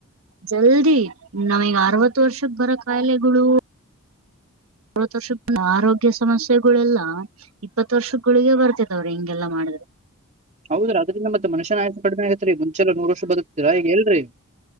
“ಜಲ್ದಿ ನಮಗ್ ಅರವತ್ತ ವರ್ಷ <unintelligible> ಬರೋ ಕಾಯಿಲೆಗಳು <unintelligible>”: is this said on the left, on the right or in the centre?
Right